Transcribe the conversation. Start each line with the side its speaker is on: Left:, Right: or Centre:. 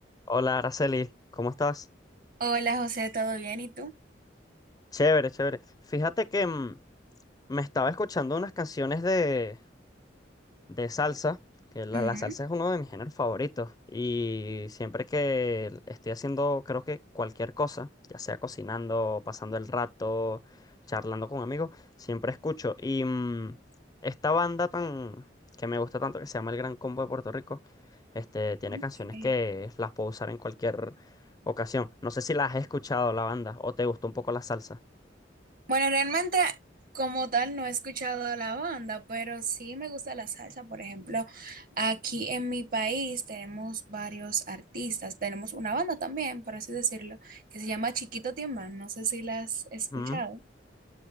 Left: Hola, Araceli, ¿cómo estás?
Right: Hola José, ¿todo bien? ¿Y tú?
Left: Chévere, chévere. Fíjate que mm, me estaba escuchando unas canciones de, de salsa, que la,
Right: Ujú.
Left: la salsa es uno de mis géneros favoritos y siempre que estoy haciendo, creo que cualquier cosa, ya sea cocinando, pasando el rato, charlando con amigos, siempre escucho. Y mm, esta banda tan que me gusta tanto, que se llama El Gran Combo de Puerto Rico, este, tiene
Right: Ok.
Left: canciones que las puedo usar en cualquier ocasión. No sé si las has escuchado la banda o te gustó un poco la salsa.
Right: Bueno, realmente como tal no he escuchado de la banda, pero sí me gusta la salsa. Por ejemplo, aquí en mi país tenemos varios artistas. Tenemos una banda también, por así decirlo, que se llama Chiquito Timbán. No sé si la has escuchado.
Left: Ujú.